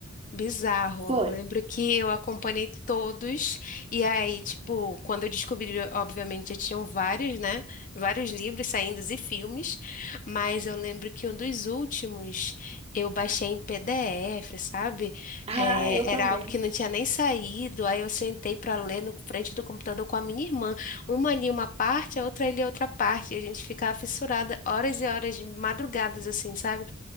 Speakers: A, on the left; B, on the right.
A: Bizarro.
B: foi.
A: Eu lembro que eu acompanhei todos, e aí, tipo, quando eu descobri, obviamente, já tinham vários, né? Vários livros saindo e filmes, mas eu lembro que um dos últimos eu baixei em PDF, sabe?
B: Ah,
A: É,
B: eu também.
A: era algo que não tinha nem saído, aí eu sentei pra ler no frente do computador com a minha irmã. Uma ali uma parte, a outra ali outra parte. E a gente ficava fissurada horas e horas de madrugadas, assim, sabe?